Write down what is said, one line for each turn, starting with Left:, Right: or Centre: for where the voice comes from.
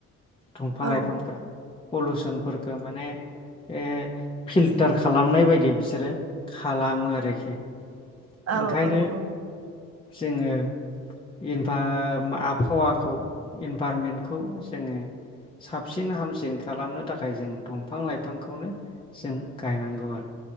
Left: दफां
Right: औ
Left: लाइफांफोरा पलुसनफोरखो माने ए फिल्टार खालामनाय बायदि बिसोरो खालामो आरोखि।
Right: औ
Left: ओंखायनो
Right: औ औ।
Left: जोङो इनभा आबहावाखौ इनभारमेन्टखौ जोङो साबसिन हामसिन खालामनो थाखाय जों दंफां लाइफांखौनो जों गायनांगौ आरो।